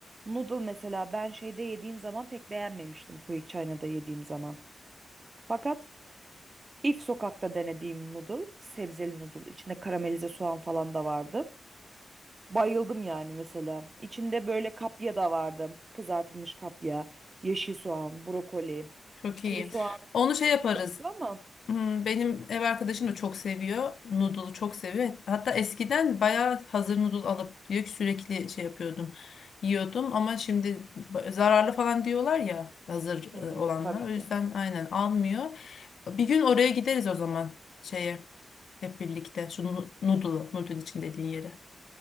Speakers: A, on the right; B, on the left.
A: Noodle mesela ben şeyde yediğim zaman pek beğenmemiştim Quick China'da yediğim zaman. Fakat If sokakta denediğim noodle, sebzeli noodle, içinde karamelize soğan falan da vardı. Bayıldım yani mesela. İçinde böyle kapya da vardı. Kızartılmış kapya, yeşil soğan, brokoli,
B: Çok iyi.
A: kuru soğan
B: Onu şey yaparız.
A: yoktu ama.
B: Hmm, Benim ev arkadaşım da çok seviyor. Noodle'u çok seviyor. Hatta eskiden bayağı hazır noodle alıp diyor ki sürekli şey yapıyordum. Yiyordum ama şimdi ba- zararlı falan diyorlar ya hazır e,
A: Hı hı,
B: olanlar.
A: tabii
B: O
A: ki.
B: yüzden aynen almıyor. Bir gün oraya gideriz o zaman şeye hep birlikte. Şu nu- noodle'ı, noodle için dediğin yere.